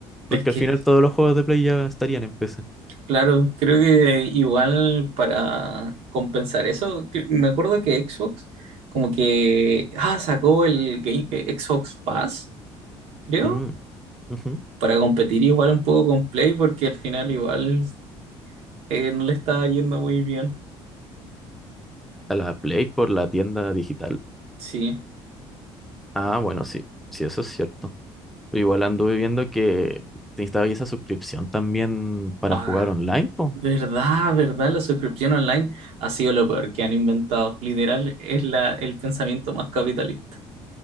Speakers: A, in the centre; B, on the right.
A: Porque
B: Es que,
A: al final todos los juegos de Play ya estarían en PC.
B: claro, creo que igual para compensar eso, cre- me acuerdo que Xbox como que, ah, sacó el Game- eh, Xbox Pass, creo,
A: Mm, Ujú.
B: para competir igual un poco con Play, porque al final igual eh, no le estaba yendo muy bien.
A: A la Play por la tienda digital.
B: Sí.
A: Ah, bueno, sí, sí, eso es cierto. Pero igual anduve viendo que te estaba ahí esa suscripción también para
B: Ah.
A: jugar online, po.
B: ¿Verdad, verdad? La suscripción online ha sido lo peor que han inventado. Literal, es la, el pensamiento más capitalista.